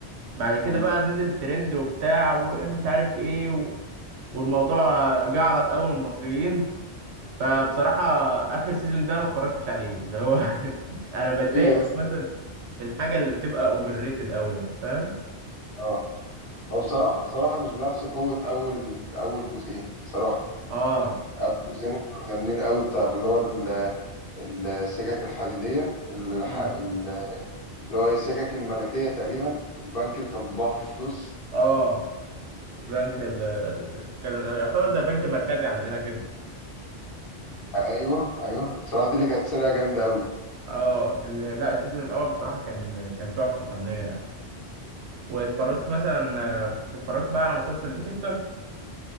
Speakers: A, on the right; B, on the left.
A: بعد كده
B: مم.
A: بقى نزل ترند وبتاع ومش عارف ايه و... والموضوع جعرس قوي من المصريين فبصراحة اخر سيزون ده ما اتفرجتش عليه اللي هو <laughs> انا بتضايق
B: ايه يا اسطى
A: أوي مثلا في الحاجة اللي بتبقى اوفر ريتد قوي يعني فاهم
B: اه هو بصراحة بصراحة مش بنفس قوة أول أول جزئين بصراحة
A: اه
B: أول جزئين كانوا جامدين قوي بتاع اللي هو ال- السكك الحديدية الح-
A: مم.
B: اللي هو إيه، السكك الملكية تقريبا البنك اللي كان بيطبع فيه فلوس
A: اه البنك ال... كان يعتبر زي البنك المركزي عندنا كده
B: أيوه أيوه بصراحة دي اللي كانت سرقة جامدة قوي
A: اه ال- لا السيزون الاول بصراحه كان كان تحفه فنيه يعني واتفرجت مثلا آه، اتفرجت بقى على مسلسل ديكستر